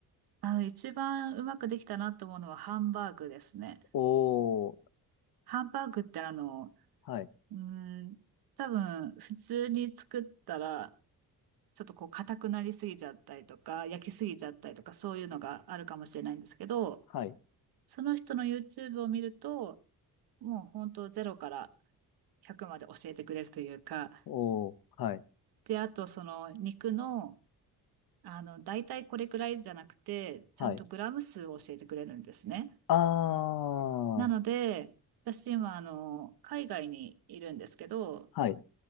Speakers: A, on the right; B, on the left.
A: あの、一番うまくできたなと思うのはハンバーグですね。
B: おー、
A: ハンバーグってあの、
B: はい、
A: うーん、多分普通に作ったら、ちょっとこう硬くなりすぎちゃったりとか、焼きすぎちゃったりとか、そういうのがあるかもしれないんですけど、
B: はい、
A: その人の YouTube を見ると、もう本当ゼロから100まで教えてくれるというか、
B: おー、はい、
A: で、あとその肉の、あの、大体これくらいじゃなくて、ちゃんとグラム数を教えてくれるんですね。
B: はい。あー、
A: なので、私今、あの、海外にいるんですけど、
B: はい、